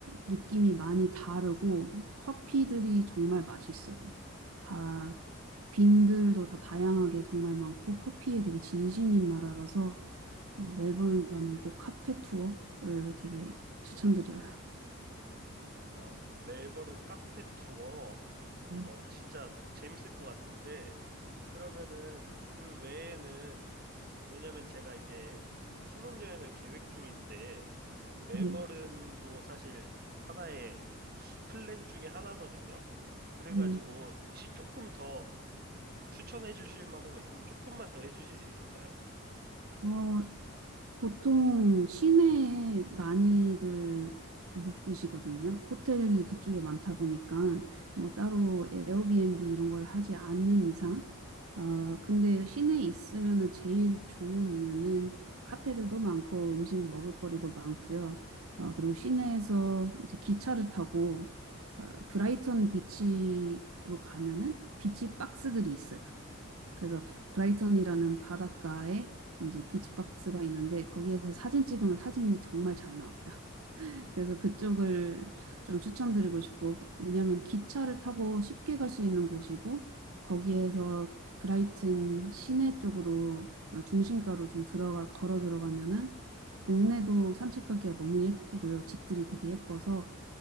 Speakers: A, on the right (about 85°); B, on the right (about 45°).
A: 느낌이 많이 다르고 커피들이 정말 맛있어요. 다 빈들도 다 다양하게 정말 많고 커피에 되게 진심인 나라라서 어, 멜버른 가면 꼭 카페 투어를 되게 추천드려요.
B: 어, 멜버른 카페 투어, 어,
A: 네.
B: 진짜 재밌을 것 같은데, 그러면은 그 외에는, 왜냐면 제가 이제 신혼여행을 계획 중인데, 멜버
A: 네.
B: l 도 사실 하나의 플랜 중에 하나거든요. 그래가지고
A: 네.
B: 혹시 조금 더 좀 추천해 주실 만한 거 있으면 조금만 더 해주실 수 있을까요?
A: 어, 보통 시내에 많이들 묵으시거든요. 호텔이 그쪽에 많다 보니까 뭐 따로 에어비앤비 이런 걸 하지 않는 이상. 어, 근데 시내에 있으면은 제일 좋은 이유는 카페들도 많고 음식 먹을거리도 많고요. 어, 그리고 시내에서 이제 기차를 타고 어, 브라이턴 비치로 가면은 비치 박스들이 있어요. 그래서 브라이턴이라는 바닷가에 이제 비치박스가 있는데 거기에서 사진 찍으면 사진이 정말 잘 나와요. <laughs> 그래서 그쪽을 좀 추천드리고 싶고 왜냐하면 기차를 타고 쉽게 갈 수 있는 곳이고 거기에서 브라이튼 시내 쪽으로 어, 중심가로 좀 들어가 걸어 들어가면은 동네도 산책하기가 너무 예쁘고요. 집들이 되게 예뻐서